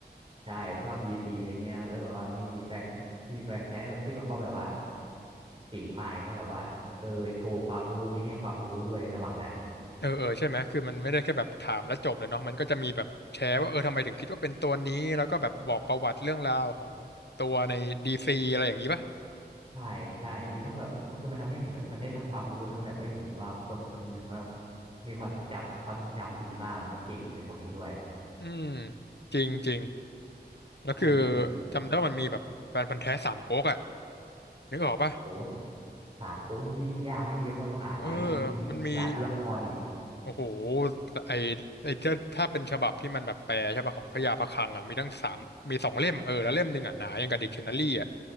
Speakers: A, on the right; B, on the left.
A: ใช่ผมชอบดีซีอะไรเงี้ยแล้วแบบว่ามีแฟนมีแฟนแท้ที่เขาแบบว่าเก่งมากเงี้ยแบบว่าเออโชว์ความรู้มีให้ความรู้ด้วยระหว่างนั้น
B: เออเออใช่ไหมคือมันไม่ได้แค่แบบถามแล้วจบเลยเนาะมันก็จะมีแบบแชร์ว่าเออทำไมถึงคิดว่าเป็นตัวนี้แล้วก็แบบบอกประวัติเรื่องราวของตัวในดีซีอะไรอย่างนี้ป่ะ
A: ใช่ใช่มีทั้งแบบมันคือมันทำให้เห็นแบบมันได้ทั้งความรู้ทั้งแบบได้เห็นว่าคนคนหนึ่งว่ามีความทรงจำความทรงจำดีมากแบบไม่เก่งอะไรพวกนี้ด้วย
B: อืมจริงจริง แล้วคือ
A: ใช่พี่
B: จำได้ว่ามันมีแบบแฟนพันธุ์แท้สามก๊กอ่ะนึกออกป่ะ
A: โอ้สามก๊กนี่ยิ่งยากนะพี่เพราะมันต้องอ่านรายเล่มในพวกนี้รายตัวละครอีก
B: เออมันมีโอ้โหไอไอจะถ้าเป็นฉบับที่มันแบบแปลใช่ป่ะของพญาพะคลังอ่ะมีตั้งสามมีสองเล่มเออแล้วเล่มหนึ่งอ่ะหนายังกับดิกชันนารีอ่ะ